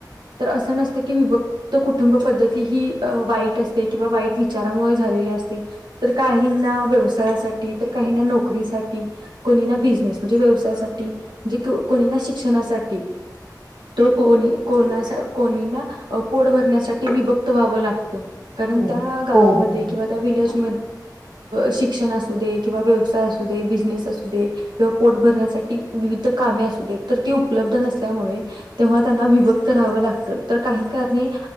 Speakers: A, on the right; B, on the right.
A: अस नत क विक्त कुटुंब पद्ती ह वाईट असते किंवा वा विचारामुळे झालेले असते तर काहींना व्यवसायासाठी तर काहींना नोकरीसाठी कोणी ना बिझनेस म्हणजे व्यवसायासाठी म्हणजे कोणी ना शिक्षणासाठी तर कोणी कोणा कोणीना पोड भरण्यासाठी विभक्त व्हावं लागतं कारण
B: हो
A: त्या गावामध्ये
B: हो बरोबर
A: किं त्यालेज शिक्षण अस दे किंवा व्यवसाय अस दे बिनेस अस दे किवा पोट भरण्यासाठी विविध कामे असू दे तर ती उपलब्ध नसल्यामुळे तेव्हा त्यांना विभक्त राहावं लागत तर काही कारणी